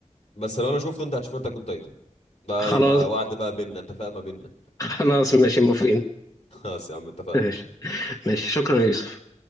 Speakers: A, on the left; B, on the left.
A: بس لو انا شفته انت هتشوف اتاك اون تايتن ده
B: خلاص
A: يبقى وعد بقى بينا اتفاق ما بينا
B: خلاص ماشي موافقين
A: <laughs> خلاص يا عم اتفقنا
B: ماشي ماشي شكرا يا يوسف